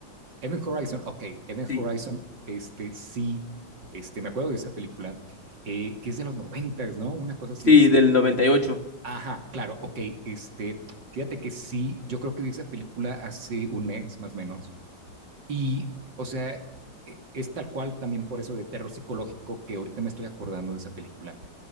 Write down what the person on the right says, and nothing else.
Event Horizon, ok, Event
Horizon, este sí, este, me acuerdo de esa película, eh, que es de los noventas, ¿no? Una cosa así.
Ajá, claro, ok, este, fíjate que sí, yo creo que vi esa película hace un mes más o menos, y, o sea, eh, es tal cual también por eso de terror psicológico que ahorita me estoy acordando de esa película,